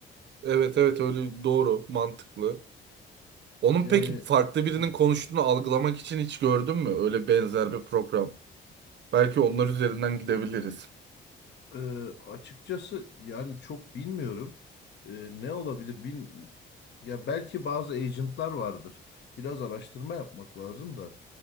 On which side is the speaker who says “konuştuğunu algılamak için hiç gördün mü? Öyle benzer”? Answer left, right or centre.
Right